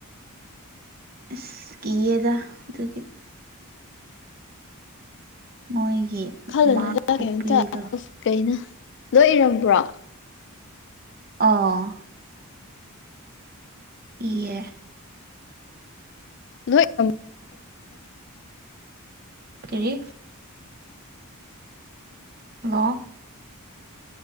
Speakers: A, on the right; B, on the left.
A: ꯑꯁ ꯀꯤꯑꯦꯗ ꯑꯗꯨꯒꯤ ꯃꯣꯏꯒꯤ
B: ꯈꯜꯂꯨꯅꯨꯗ
A: ꯃꯥꯔꯛ ꯈꯨꯄꯤꯗꯣ
B: ꯀꯩꯝꯇ ꯑꯁ ꯀꯩꯅꯣ ꯂꯣꯏ ꯏꯔꯝꯕ꯭ꯔꯣ
A: ꯑꯥ ꯏꯌꯦ
B: ꯂꯣꯏ ꯑꯝ
A: ꯀꯔꯤ ꯍꯜꯂꯣ